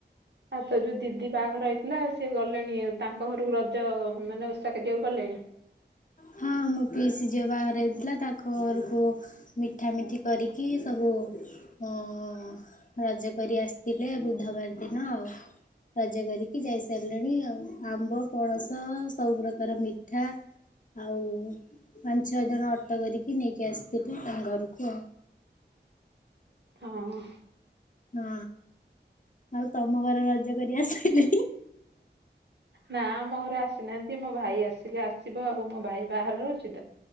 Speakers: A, on the right; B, on the left.
A: ଆଉ ତୋ ଯୋଉ ଦିଦି ବାହାଘର ଥିଲା ସିଏ ଗଲେଣି ତାଙ୍କ ଘରକୁ ରଜ ମାନେ ଓଷା କରିବାକୁ ଗଲେଣି।
B: ହଁ ମୋ ପିଇସିି ଝିଅ ବାହାଘର ହେଇଥିଲା ତାଙ୍କ ଘରକୁ ମିଠା ମିଠି କରିକି ସବୁ ହଁ ରଜ କରି ଆସିଥିଲେ ବୁଧବାର ଦିନ ଆଉ। ରଜ କରିକି ଯାଇସାରିଲେଣି ଆଉ ଆମ୍ବ, ପଣସ ସବୁପକାର ମିଠା ଆଉ ପାଞ୍ଚ ଛଅ ଜଣ ଅଟୋ କରିକି ନେଇକି ଆସିଥିଲେ ତାଙ୍କ ଘରକୁ ଆଉ।
A: ହଁ।
B: ହଁ ଆଉ ତମ ଘର ରଜ କରି ଆସିଲ?
A: ନା ଆମ ଘରେ ଆସିନାହାନ୍ତି ମୋ ଭାଇ ଆସିଲେ ଆସିବ ଆଉ ମୋ ଭାଇ ବାହାରେ ରହୁଚି ତ?